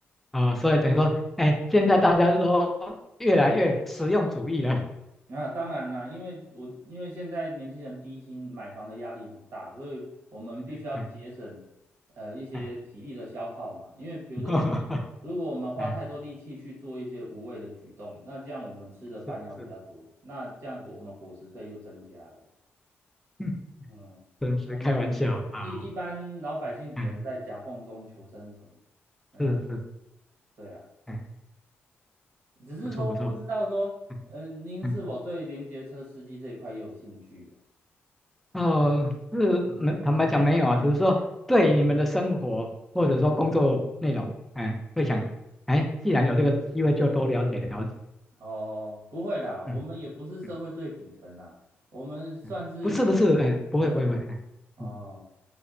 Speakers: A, in the centre; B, on the right.
A: 啊、所以等于说，哎，现在大家都越来越实用主义了，
B: 那、当然啦，因为我因为现在年轻人低薪买房的压力很大，所以我们必须要节省呃一些体力的消耗嘛。
A: <laughs> 哎哎。
B: 因为比如说，
A: <laughs> 哈哈哈，
B: 如果我们花太多力气去做一些无谓的举动，
A: 哎，
B: 那这样我们吃的饭要比较多，
A: 是是，
B: 那这样我们伙食费又增加了。
A: 嗯，<laughs>
B: 嗯，
A: 真是开玩笑啊，
B: 我们一一般老百姓只能在夹缝中求生存。
A: 哎，
B: 嗯啊
A: 是是，
B: 对啊，
A: 哎，
B: 只是说不知道说，
A: 不错不错，嗯，
B: 嗯、您是否对联结车司机这一块也有兴趣啊？
A: 嗯，哦，是没，坦白讲没有啊，只是说对你们的生活或者说工作内容，哎，会想，哎，既然有这个机会，就多了解了解，
B: 哦，不会啦，我们也不是社会最底层啦，
A: 嗯嗯
B: 我们算是，
A: 嗯，不是不是，哎，不会不会不会，
B: 嗯，
A: 哎，
B: 哦，
A: 嗯